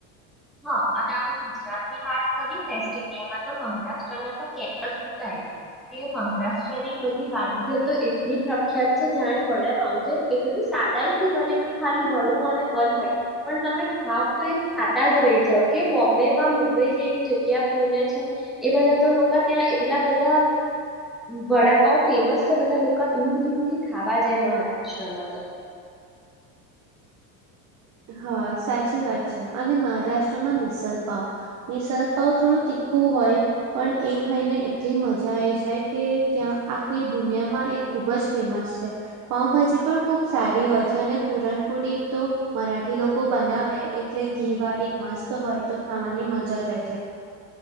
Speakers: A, in the centre; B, on the right.
A: હા અને હવે ગુજરાત ની વાત કરી વેસ્ટ ઇન્ડિયામાં તો મહારાષ્ટ્ર તો કે ભુલાય કે મહારાષ્ટ્રની બધી વાનગીઓ તો એટલી પ્રખ્યાત છે જાણે વડાપ છે એટલું સાદા થી બને કે ખાલી વળવું અને બન હોય પણ તમે ખાવ તો. જ રહી જાવ કે બોમ્બે માં મુંબઈ જેવી જગ્યા પુણે છે એ બધા તો લોકો ત્યાં એટલા બધા વડાપા ફેમસ છે બધા લોકો દૂર દૂરથી ખાવા જાય મહારાષ્ટ્રમાં તો.
B: હા સાચી વાત છે અને મહારાષ્ટ્રમાં મિસલપાવ મિસલપાવ થોડું તીખું હોય પણ એ થઈને એટલી મજા આવીઈ જાય કે ત્યાં આખી દુનિયામાં એ ખૂબ જ ફેમસ છે પાઉભાજી પણ ખૂબ સારી હોય છે અને પુરણપોડી તો. મરાઠી લોકો બનાવે એટલે ઘીવાળી મસ્ત હોય તો ખાવાની મજા જઈ જાય.